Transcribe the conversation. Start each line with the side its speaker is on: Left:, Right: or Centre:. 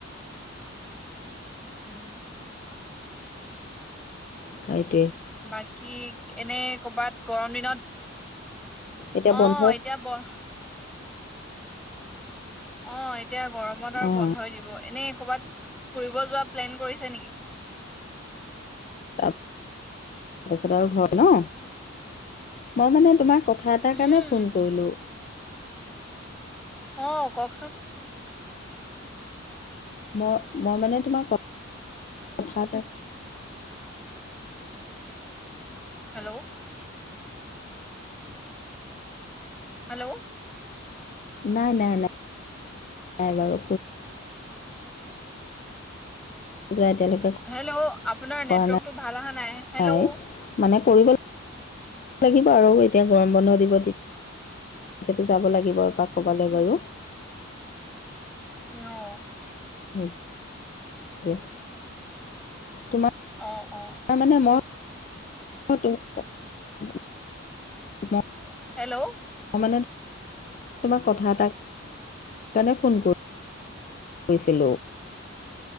Centre: উম
Left: হয় <unintelligible>
Centre: বাকী এনে ক'বাত গৰম দিনত
Left: এতিয়া
Centre: অ
Left: বন্ধ
Centre: এতিয়া বৰ অ এতিয়া গৰমত আৰু
Left: অঁ
Centre: বন্ধই দিব এনে কৰবাত ফুৰিব যোৱা প্লেন কৰিছে নেকি
Left: তাৰপিছত আৰু ঘৰত ন মই মানে তোমাক কথা এটা
Centre: উম
Left: কাৰণে ফোন কৰিলো
Centre: আহ কওকচোন
Left: মই মই মানে তোমাক কথা এটা
Centre: হেল্ল' হেল্ল'
Left: নাই নাই নাই নাই বাৰু যোৱা এতিয়ালোকে
Centre: হেল্ল' আপোনাৰ নেটৱৰ্কটো
Left: কৰা নাই
Centre: ভাল অহা নাই হেল্ল'
Left: নাই
Centre: অ
Left: মানে কৰিব লাগিব আৰু এতিয়া গৰম বন্ধ দিব এতিয়াতো যাব লাগিব এপাক ক'বালৈ বাৰু
Centre: আহ
Left: সেইটোৱে তোমাৰ
Centre: অ অ
Left: মানে মই <unintelligible>
Centre: হেল্ল'
Left: মানে তোমাক কথা এটা সকাৰণে ফোন কৰিছিলোঁ।